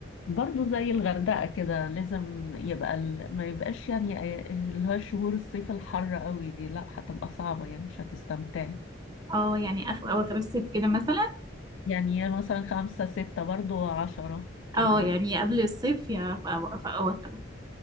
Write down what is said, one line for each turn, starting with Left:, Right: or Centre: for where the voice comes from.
Left: برضه زي الغردقة كده لازم يبقى ال... ما يبقاش يعني آه، اللي هو شهور الصيف الحر قوي دي لا هتبقى صعبة يعني مش هتستمتعي
Right: اه يعني اخر اواخر الصيف كده مثلا
Left: يعني هي مثلا خمسة ستة برضو عشرة كده
Right: اه
Left: يعني
Right: يعني قبل الصيف يا في أو- في أواخر